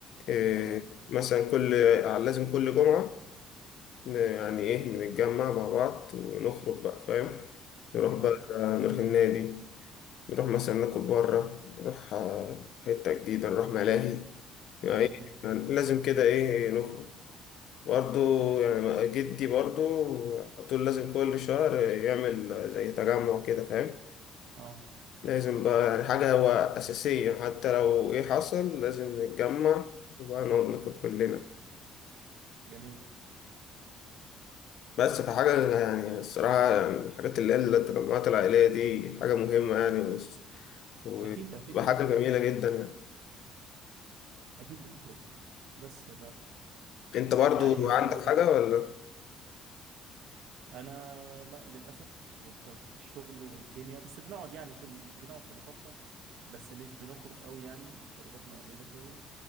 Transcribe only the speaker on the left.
إيه
مثلا كل آه، لازم كل جمعة ن- يعني إيه نتجمع مع بعض ونخرج بقى فاهم نروح بقى
نروح النادي نروح مثلا ناكل بره نروح آه، حتة جديدة نروح ملاهي يعني
إيه
يعني لازم كده إيه نخرج برضه يعني جدي برضه على طول لازم كل شهر يعمل زي تجمع كده فاهم
لازم بقى يعني حاجة هو أساسية حتى لو إيه حصل لازم نتجمع وبقى نقعد ناكل كلنا
بس فحاجة يعني الصراحة يعني الحاجات اللي هي التجمعات العائلية دي حاجة مهمة يعني وس- وبتبقى
حاجة جميلة جدا يعني
أنت برضو
عندك
حاجة ولا